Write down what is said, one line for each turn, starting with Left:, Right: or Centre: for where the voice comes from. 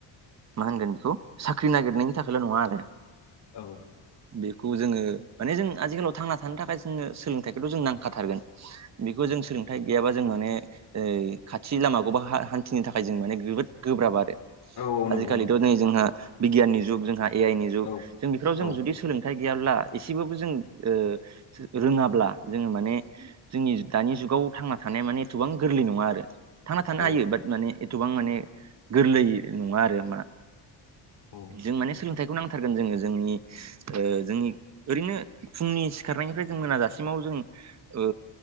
Right: मा होनगोन बेखौ साख्रि नागिरनायनि थाखायल' नङा आरो।
Left: औ
Right: बेखौ जोङो माने जों आजिखालाव थांना थानो थाखाय जोङो सोलोंथाइखौथ' जोंनो नांखाथारगोन।
Left: <inaudible>
Right: बेखौ जों सोलोंथाइ गैयाबा जों माने ओ खाथि लामाखौबा हान्थिनो थाखाय जों माने जोबोद गोब्राब आरो
Left: औ औ नंगौ
Right: आजिखालिथ'
Left: नंगौ
Right: नै जोंहा बिगियाननि जुग जोंहा एआइनि जुग
Left: औ
Right: जों बेफोराव जों
Left: औ
Right: जुदि सोलोंथाइ गैयाब्ला एसेबाबो जों ओ रोङाब्ला जोङो माने जोंनि दानि जुगाव थांना थानाया माने एथ'बां गोरलै नङा आरो। थांना थानो
Left: औ
Right: हायो बाट माने एथबां माने गोरलै नङा आरो मा
Left: औ
Right: जों माने सोलोंथाइखौ नांथारगोन जोङो जोंनि ओ जोंनि ओरैनो फुंनि सिखारनायनिफ्राय जों मोनाजासिमाव जों ओ